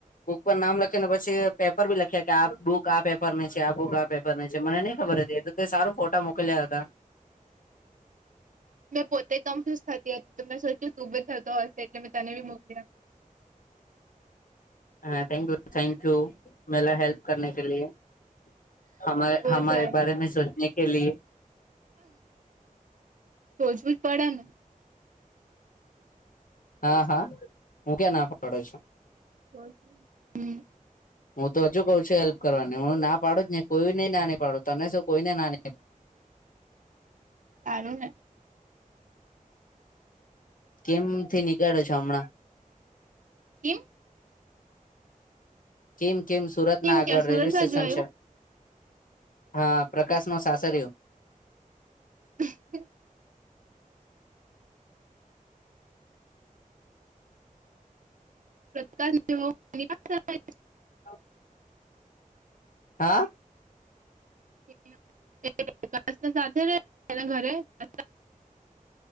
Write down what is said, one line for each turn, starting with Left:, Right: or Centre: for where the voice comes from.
Left: બુક પર નામ લખી ને પછી પેપર બી લખ્યા કે આ બુક આ પેપર ની છે આ બુક આ પેપર ની છે મને નઈ ખબર છે એ. તે સારું ફોટા મોકલ્યા હતા.
Right: મેં પોતે કમ્ફ્યુઝ થતી હતી તો મેં સોચ્યું ત ઉ બ જ થતો હશે એટલે મેં તને બી મોકલી આપ.
Left: હા થેન્ક યુ થેન્ક યુ મેલા હેલ્પ. <unintelligible>
Right: બહુ સારું સોચવું જ પડે ને
Left: હા હા હું કે્યા ના પાડ્યો છું.
Right: બ છે હમ્મ.
Left: હું તો હજુ કઉ છું હેલ્પ કરવાની હું ના પાડું હી કોઈ નઈ નાની પાડું તને શું કોઈને નાની.
Right: સારું ને.
Left: કેમ થી નીકળ્યો છો હમણાં?
Right: કેમ?
Left: કેમ કેમ સુરતના
Right: કેમ
Left: આગળ
Right: ક્યાં
Left: રેલ્વે
Right: સુરત
Left: સ્ટેશન
Right: બાજુ આવ્યું
Left: છે. હા પ્રકાશ નું સાસરું.
Right: <unintelligible> <unintelligible>
Left: <inaudible> હા.
Right: <unintelligible> ઘરે..